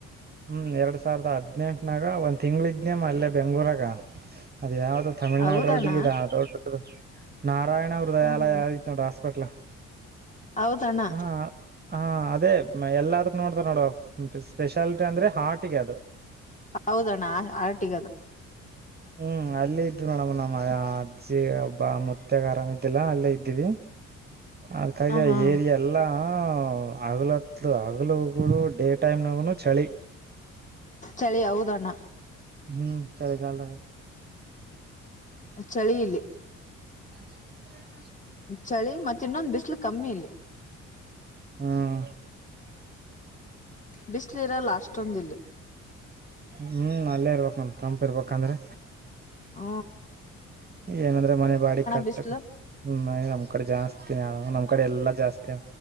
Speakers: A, on the right (about 25°); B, on the left (about 20°).
A: ಹ್ಮ್ ಎರಡ್ ಸಾವಿರದ ಹದ್ನೆಂಟನಾಗ ಒಂದ್ ತಿಂಗ್ಳ ಇದನೇಮ್ಮ ಅಲ್ಲೆ ಬೆಂಗ್ಳೂರಾಗ ಅದ ಯಾವ್ದದು ತಮಿಳ್ನಾಡು
B: ಹೌದಣ್ಣ
A: ರೋಡ್ಡಗ ಇ ರೊಡ್ ನಾರಾಯಣ ಹೃದಯಾಲಯಐ
B: ಹ ಹಾ
A: ನೋಡ ಪೆಟ್ಲು
B: ಹೌದಣ್ಣ
A: ಹ ಹ ಅದೇ ಎಲ್ಲದಕ್ ನೋಡ್ತಾರ ನೋಡ ಸ್ಪೆಷಾಲಿಟಿ ಅಂದ್ರೆ ಹಾರ್ಟ್ಗೆ ಅದು
B: ಹೌದಣ್ಣ ಹಾರ್ಟ್ಗದು
A: ಹ್ಮ್ ಅಲ್ಲೇ ಇದ್ನೋಡಮ ನಮ್ಮ ಅಜ್ಜಿ ಒಬ್ಬ ಮುತ್ತಗ ಆರಾಮ ಇದ್ದಿಲ್ಲಾ ಅಲ್ಲೇ ಇದ್ದೀವಿ ಅದಕಾಗಿ
B: ಹ ಹಾ
A: ಏರಿ ಎಲ್ಲಾ ಹಗಲತ್ಲು ಹಗಲು ಡೇ ಟೈಮ್ ನಾಗುನು ಚಳಿ
B: ಚಳಿ ಹೌದಣ್ಣ
A: ಹ್ಮ್ ಚಳಗಾಲ
B: ಚಳಿ ಇಲ್ಲಿ
A: ಹ
B: ಚಳಿ ಮತ್ತ ಇನ್ನೊಂದು ಬಿಸ್ಲು ಕಮ್ಮಿ ಇಲ್ಲಿ
A: ಹ್ಮ್
B: ಬಿಸಿ್ಲ ಇರಲ್ಲ ಅಷ್ಟೊಂದ ಇಲ್ಲಿ
A: ಹ್ಮ್ ಅಲ್ಲೇ ಇರ್ಬೇಕಕ್ ನ ತಂಪ ಇರ್ಬೇಕಂದ್ರೆ
B: ಹ
A: ಏನಂದ್ರೆ ಮನೆ ಬಾಡಿ ಕಟ್ಟಕ್
B: ಬಿಸ್ಲು
A: ನಮ್ ಕಡೆ ಜಾಸ್ತಿನ ನಮ ಕಡೆ ಎಲ್ಲಾ ಜಾಸ್ತಿ